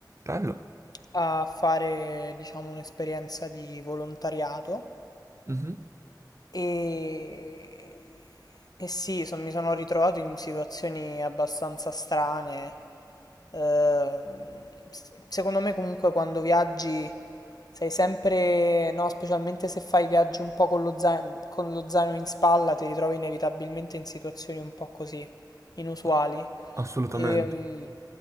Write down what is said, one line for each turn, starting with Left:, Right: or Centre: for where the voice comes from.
Right: Bello.
Left: a fare, diciamo, un'esperienza di volontariato.
Right: Mhm.
Left: E, e sì, son- mi sono ritrovato in situazioni abbastanza strane. Ehm, s- secondo me comunque quando viaggi sei sempre, no, specialmente se fai viaggi un po' con lo zaino, con lo zaino in spalla, ti ritrovi inevitabilmente in situazioni un po' così, inusuali.
Right: No, Assolutamente.
Left: Ehm,